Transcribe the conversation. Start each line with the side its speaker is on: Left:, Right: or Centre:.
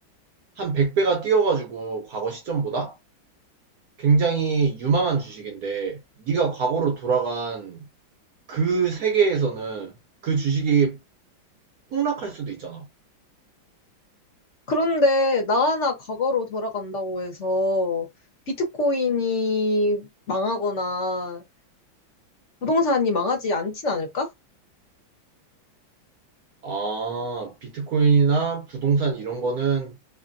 Right: 한 100배가 뛰어가지고 과거 시점보다 굉장히 유망한 주식인데 네가 과거로 돌아간 그 세계에서는 그 주식이 폭락할 수도 있잖아.
Left: 그런데 나 하나 과거로 돌아간다고 해서 비트코인이 망하거나 부동산이 망하지 않진 않을까?
Right: 아, 비트코인이나 부동산 이런 거는